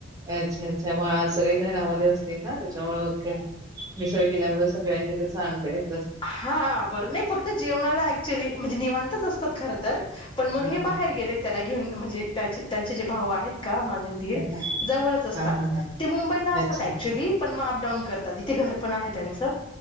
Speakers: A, on the right (about 15°); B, on the left (about 25°).
A: अच्छां अच्छां मआज सगळे घरामध्ये असतीलना त्यांच्यामुळ मग काय. मिसळ केल्यामुळे सगळ्यांनी त्याचा आनंद घेत
B: हां बरं नई फक्त जेवणाला ऍक्च्युली म्हंजे निवांतच असतात खरंतर. पण मग
A: हा
B: हे
A: हा
B: बाहेर गेले त्याला घेऊन म्हंजे त्याचे त्याचे जे भाऊ आहेत. का माजे दीर
A: हा हा
B: जवळच असतात
A: हा हा हा हा
B: ते मुंबईला असतात
A: अच्छा
B: ऍक्च्युली पण म अप डाऊन करतात इथे घरपण आहे त्यांचं